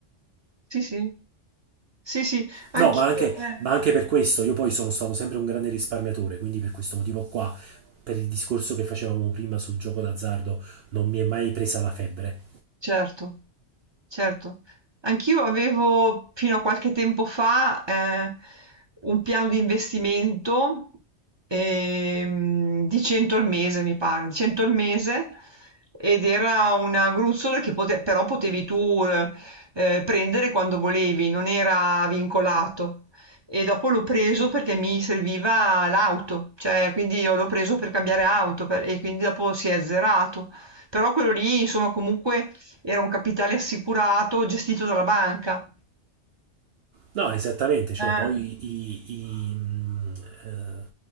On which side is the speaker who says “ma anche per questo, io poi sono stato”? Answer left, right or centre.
Right